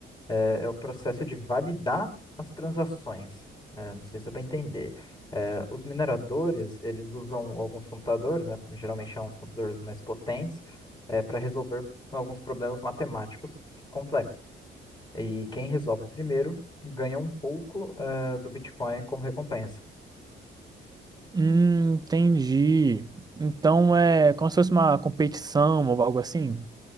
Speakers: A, on the left (about 20°); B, on the right (about 20°).
A: É, é o processo de validar as transações. É, não sei se dá para entender. É, os mineradores, eles usam alguns computadores, né, geralmente são os computadores mais potentes, para resolver alguns problemas matemáticos complexos. E quem resolve primeiro ganha um pouco, é, do Bitcoin como recompensa.
B: Hum, entendi. Então é como se fosse uma competição ou algo assim?